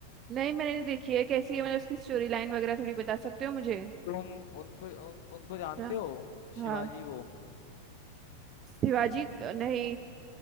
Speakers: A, on the right (about 30°); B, on the left (about 50°).
A: नहीं मैंने नहीं देखी है कैसी है मतलब उसकी स्टोरी लाइन वगैरह थोड़ी बता सकते हो मुझे
B: तुम उनको उन, उनको जानते
A: रा-
B: हो
A: हाँ
B: शिवाजी को
A: शिवाजी क- नहीं